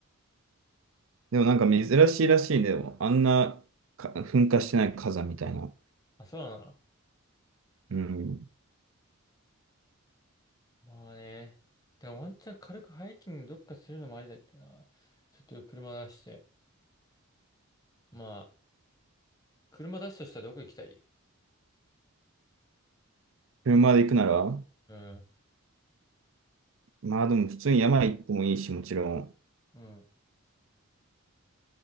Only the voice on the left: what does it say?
あ、そうなの
まあね。でもワンチャン軽くハイキングどっかするのもありだけどな。ちょっと車出して。まあ、車出すとしたらどこ行きたい
うん。
うん。